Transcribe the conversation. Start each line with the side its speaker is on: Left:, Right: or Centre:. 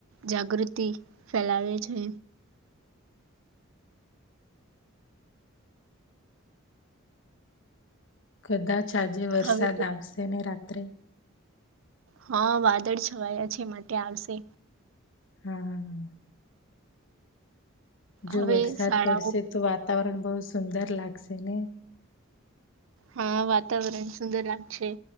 Right: જાગૃતિ ફેલાવે છે
Left: કદાચ જે વરસાદ
Right: હવે તો
Left: આવશે ને રાત્ર ત્ર
Right: હા વાદળ છવાયા છે માટે આવશે
Left: હા જો
Right: હવે
Left: વરસાદ
Right: શાળાઓ
Left: પડશે તો વાતાવરણ બહુ સુંદર લાગશે ને
Right: હા વાતાવરણ સુંદર લાગશે